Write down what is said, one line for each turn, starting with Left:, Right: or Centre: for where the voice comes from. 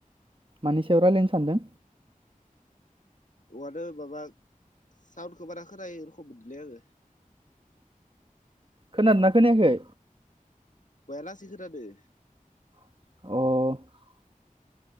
Right: मानि सायाव रायलायनो सानदों?
Left: <unintelligible> माबा साउन्डखौ बारा खोनायै रखम मोनदोंलै आङो।
Right: खोनादोंना खोनायाखै?
Left: बया लासै खोनादों
Right: औ